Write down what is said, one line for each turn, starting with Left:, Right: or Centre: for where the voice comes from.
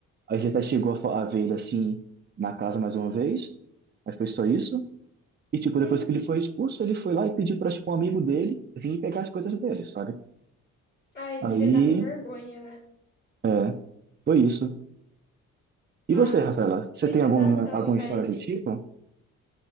Right: A gente até chegou a, fa- a ver ele assim na casa mais uma vez, mas foi só isso. E, tipo, depois
Left: Uhum.
Right: que ele foi expulso, ele foi lá e pediu para tipo, um amigo dele vir pegar as coisas dele, sabe?
Left: Ai,
Right: Aí,
Left: devia estar com vergonha, né?
Right: é, foi isso. E
Left: Nossa.
Right: você, Rafaela, você
Left: Que
Right: tem
Left: situação,
Right: alguma, alguma
Left: velho.
Right: história do tipo?